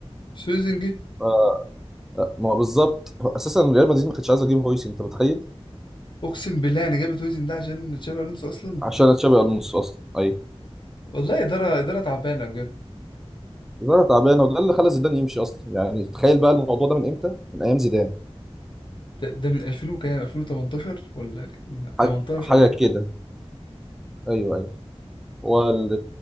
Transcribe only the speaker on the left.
سويزن جه
اقسم بالله يعني جابت سويزن ده عشان تشابي الونسو اصلا
والله اداره اداره تعبانه بجد
ده, ده من 2000 وكام 2018 ولا كده؟
18
ايوه